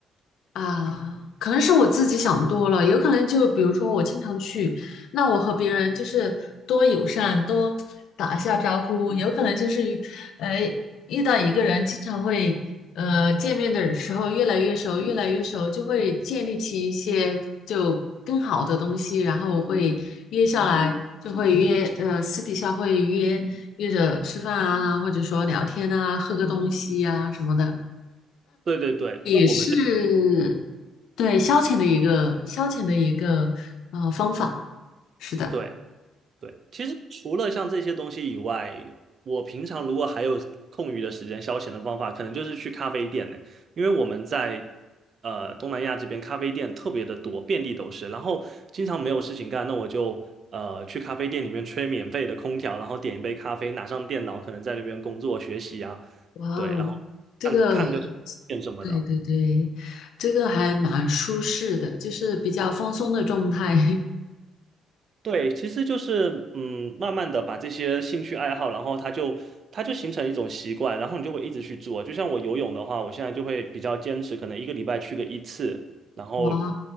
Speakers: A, on the left (about 80°); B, on the right (about 50°).
A: 啊，可能是我自己想多了，有可能就比如说我经常去，那我和别人就是多友善，多打一下招呼，有可能就是呃遇到一个人，经常会呃见面的时候越来越熟，越来越熟，就会建立起一些就更好的东西，然后我会约下来，就会约呃私底下会约约着吃饭啊，或者说聊天啊，喝个东西啊什么的，
B: 对对对，那我们这边
A: 是。对，消遣的一个消遣的一个呃方法，是的，
B: 对对对，其实除了像这些东西以外，我平常如果还有空余的时间消遣的方法，可能就是去咖啡店呢。因为我们在呃东南亚这边咖啡店特别的多，遍地都是。然后经常没有事情干，那我就呃去咖啡店里面吹免费的空调，然后点一杯咖啡，拿上电脑，可能在那边工作学习啊，
A: 哇哦，
B: 对，然后看看个电影什么的。
A: 这个 <laughs> 对对对，这个还蛮舒适的，就是比较放松的状态，
B: 对，其实就是嗯，慢慢的把这些兴趣爱好，然后它就它就形成一种习惯，然后你就会一直去做。就像我游泳的话，我现在就会比较坚持，可能一个礼拜去个一次，
A: <laughs>
B: 然后
A: 哇，